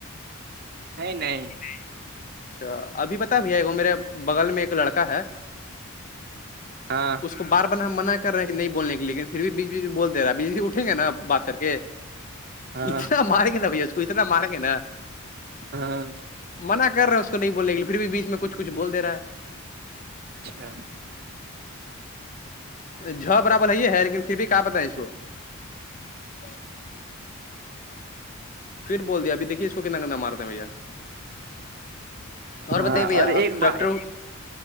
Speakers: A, on the right; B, on the left.
A: نہیں نہیںائ
B: اچھا ابھی پتا بھیا وہ میرے بغل میں ایک لڑکا ہے
A: ہاں
B: اس کو بار بار ہم منع رہے ہیں کہ نہیں بولنے کے لیکن پھر بھی بیچ بی بول د رہا ہے بیی اٹیں گے نا بات کر کے
A: ہاں
B: اتنا ماریں گے نا بھیا اس کو اتنا ماریں گے نا
A: ہاں
B: منع کرے ہیں اس کو نہیں بولنے کے لیے پھر بھی بیچ میں کچ کچھ بول د رہا ہے
A: اچھا
B: جھ برابر ہے ہے لیکن پھر بھی کیا پت ہے اس کو <unintelligible> پھر بول دیا ابھییکھیے کو کتنا گندہ مارتے ہیں بھیا اور
A: ہاں
B: بتائیے بھیا
A: ایک
B: آپ ڈاکٹر
A: ب